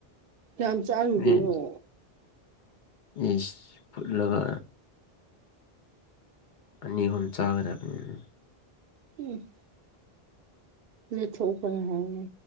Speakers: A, on the right; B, on the left.
A: ꯀꯌꯥꯝ ꯆꯥꯔꯨꯗꯣꯏꯅꯣ
B: ꯏꯁ ꯏꯁ ꯐꯨꯠꯂꯒ ꯑꯅꯤ ꯑꯍꯨꯝ ꯆꯥꯒꯗꯕꯅꯤꯅ
A: ꯍꯨꯝ ꯂꯦꯛꯊꯣꯛꯄꯅ ꯍꯥꯟꯅꯤ